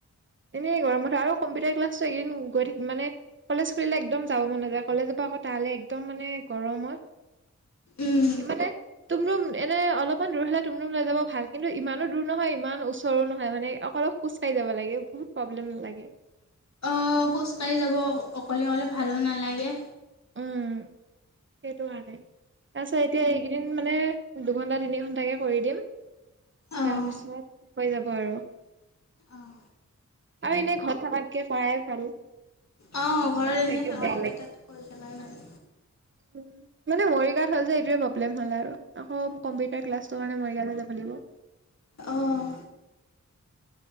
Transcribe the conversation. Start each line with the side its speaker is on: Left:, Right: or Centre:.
Right: এনেই গৰমত আৰু কম্পিউটাৰ ক্লাছটো এইকেদিন গৈ থাকিম মানে কলেজ খুলিলে একদম যাব মন নাযায়। কলেজ পা আকৌ তিলে একদম মানে গৰমত
Left: উম
Right: এই মানে। টোমটোম এনে অলপমান দূৰ হ'লে টোমটোম লৈ যাব ভাল কিন্তু ইমানো দূৰ নহয় ইমান ওচৰো নহয় মানে অকলপ। খোজকাঢ়ি যাব লাগে বহুত প্ৰব্লেম লাগে।
Left: অ খোজ কাঢ়ি যাব অকলে অকলে ভালো নালাগে।
Right: উম সেইটো কাৰণে তাৰপিছত এতিয়া এইকেইদিন মানে দুঘণ্টা তিনি ঘণ্টাকে কৰি দিম।
Left: অঁ
Right: তাৰ পিছত হৈ যাব আৰু।
Left: অঁ
Right: আৰু এনে ঘৰত থকাতকে কৰাই ভাল।
Left: অঁ ঘৰৰ
Right: ঘৰত
Left: এনেই
Right: থাকিও
Left: থকাতকৈ
Right: বেয়া
Left: তাত কৰি থকাই ভাল।
Right: উম। মানে মৰিগাঁৱত হ'ল যে এইটোৱে প্ৰব্লেম হ'ল আৰু আকৌ কম্পিউটাৰ ক্লাছটোৰ কাৰণে মৰিগাওলৈ যাব লাগিব।
Left: অঁ